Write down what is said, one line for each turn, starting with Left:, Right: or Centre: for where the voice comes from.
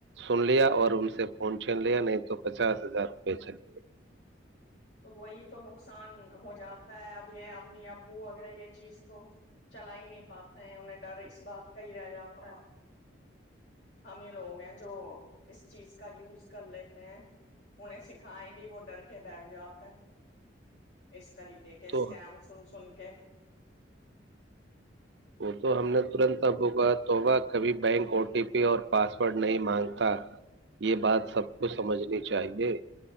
Right: سن لیا اور ان سے فون چھین لیا نہیں تو پچاس ہزار روپے چلے گئے
Left: تو وہی تو نقصان ہو جاتا ہے اب یہ امی ابو اگر یہ چیز تو چلا ہی نہیں پاتا ہے انہیں ڈر اس بات کا ہی رہ جاتا ہے ہم ہی لوگ ہیں جو اس چیز کا یوز کر لیتے ہیں انہیں سکھائیں بھی وہ ڈر کے بیٹھ جاتا ہے اس طریق کے اسکم
Right: تو
Left: س سن کہ
Right: وہ تو ہم نے ترنت ابو کا توبہ کبھی بینک او ٹی پی اور پاسورڈ نہیں مانگتا یہ بات سب کو سمجھنی چاہیے